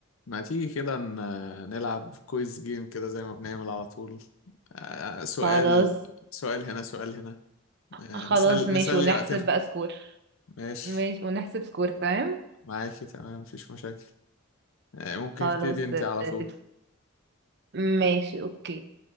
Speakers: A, on the left; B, on the right.
A: ما تيجي كده ن- نلعب كويز جيم كده زي ما بنعمل على طول آه، سؤال
B: خلاص
A: سؤال هنا سؤال هنا آه،
B: خلاص
A: نسأل
B: ماشي
A: نسلي
B: ونحسب
A: وقتنا
B: بقى سكور
A: ماشي
B: ماشي ونحسب سكور تمام
A: معاكي تمام مفيش مشاكل آه، ممكن
B: خلاص
A: ابتدي انت
B: آه،
A: على طول
B: تت- ماشي اوكي